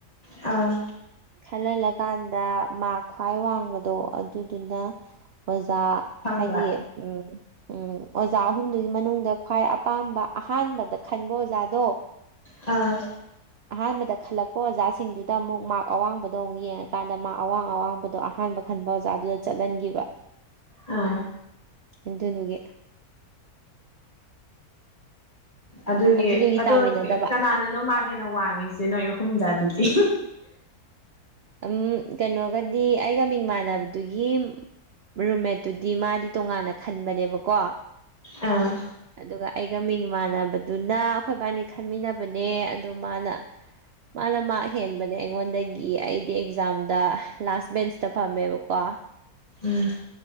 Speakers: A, on the left; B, on the right.
A: ꯑꯥ
B: ꯈꯜꯍꯜꯂꯀꯥꯟꯗ ꯃꯥ ꯈ꯭ꯋꯥꯏ ꯋꯥꯡꯕꯗꯣ ꯑꯗꯨꯗꯨꯅ ꯑꯣꯖꯥ
A: ꯈꯪꯕ
B: ꯍꯥꯏꯗꯤ ꯎꯝ ꯎꯝ ꯑꯣꯖꯥ ꯑꯍꯨꯝꯗꯨꯒꯤ ꯃꯅꯨꯡꯗ ꯈ꯭ꯋꯥꯏ ꯑꯄꯥꯝꯕ ꯑꯍꯥꯟꯕꯗ ꯈꯟꯕ ꯑꯣꯖꯥꯗꯣ
A: ꯑꯥ
B: ꯑꯍꯥꯟꯕꯗ ꯈꯜꯂꯛꯄ ꯑꯣꯖꯥꯁꯤꯡꯗꯨꯗ ꯑꯃꯨꯛ ꯃꯥꯛ ꯑꯋꯥꯡꯕꯗꯣ ꯑꯃꯨꯛ ꯌꯦꯡꯉꯀꯥꯟꯗ ꯃꯥ ꯑꯋꯥꯡ ꯑꯋꯥꯡꯕꯗꯣ ꯑꯍꯥꯟꯕ ꯈꯟꯕ ꯑꯣꯖꯥꯗꯨꯗ ꯆꯠꯍꯟꯒꯤꯕ
A: ꯑꯥ
B: ꯑꯗꯨꯗꯨꯒꯤ
A: ꯑꯗꯨꯏꯒꯤ
B: ꯑꯗꯨꯗꯨꯒꯤ
A: ꯑꯗꯣꯕ
B: ꯇꯥꯃꯤꯟꯅꯗꯕ
A: ꯀꯅꯥꯅ ꯅꯣ ꯃꯥꯛ ꯍꯦꯟꯅ ꯋꯥꯡꯉꯤꯁꯦ ꯅꯣꯏ ꯑꯍꯨꯝꯗ ꯑꯗꯨꯗꯤ
B: ꯎꯝ ꯀꯩꯅꯣꯒꯗꯤ ꯑꯩꯒ ꯃꯤꯡ ꯃꯥꯟꯅꯕꯗꯨꯒꯤ ꯔꯨꯝꯃꯦꯠꯇꯨꯗꯤ ꯃꯥꯗꯤ ꯇꯣꯉꯥꯟꯅ ꯈꯟꯕꯅꯦꯕꯀꯣ
A: ꯑꯥ
B: ꯑꯗꯨꯒ ꯑꯩꯒ ꯃꯤꯡ ꯃꯥꯟꯅꯕꯗꯨꯅ ꯑꯈꯣꯏꯕꯥꯅꯤ ꯈꯟꯃꯤꯟꯅꯕꯅꯦ ꯑꯗꯨ ꯃꯥꯅ ꯃꯥꯅ ꯃꯥꯛ ꯍꯦꯟꯕꯅꯦ ꯑꯩꯉꯣꯟꯗꯒꯤ ꯑꯩ <unintelligible> ꯑꯦꯛꯖꯥꯝꯗ ꯂꯥꯁ ꯕꯦꯟꯁꯇ ꯐꯝꯃꯦꯕꯀꯣ
A: ꯎꯝ